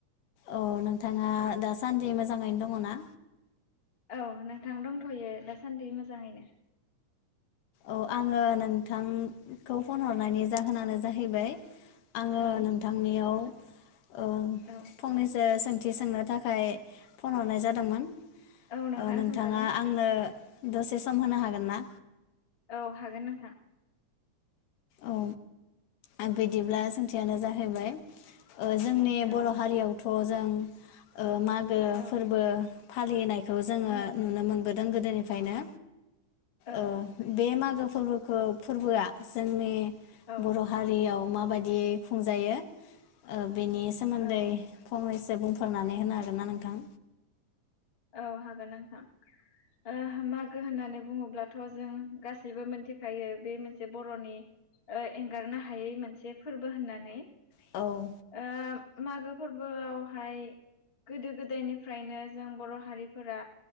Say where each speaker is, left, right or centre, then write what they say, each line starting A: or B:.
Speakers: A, on the left; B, on the left.
A: अ नोंथाङा दासान्दि मोजाङैनो दङ ना?
B: औ नोंथां दंथ'यो दासान्दि मोजाङैनो।
A: औ आङो नोंथांखौ फन हरनायनि जाहोनानो जाहैबाय आङो
B: औ
A: नोंथांनियाव ओ
B: औ
A: फंनैसो सों थि सोंनो थाखाय फन हरनाय जादोंमोन।
B: औ नोंथां
A: ओ नोंथाङा
B: सोंजागोन।
A: आंनो दसे सम होनो हागोन ना?
B: औ हागोन नोंथां।
A: औ आं बिदिब्ला सोंथियानो जाहैबाय ओ जोंनि बर'
B: औ
A: हारियाव थु अ जों ओ मागो
B: औ
A: फोरबो फालिनाय खौ जोङो
B: औ
A: नुनो मोनबो दों गोदोनिफ्रायनो।
B: औ
A: ओ बे मागो फोरबोखौ फोरबोआ जोंनि
B: औ
A: बर' हारियाव मा बादियै खुंजायो ओ बेनि सोमोनदै
B: औ
A: फंनैस सो बुंफोरनानै होनो हागोन ना नोंथां?
B: औ हागोन नोंथां। ओ मागो होननानै बुङोब्लाथ' जों गासैबो मोनथिखायो बे मोनसे बर'नि ओ एंगारनो हायै मोनसे फोरबो होननानै।
A: औ
B: ओ मागो फोरबोयावहाय गोदो-गोदायनिफ्रायनो जों बर' हारिफोरा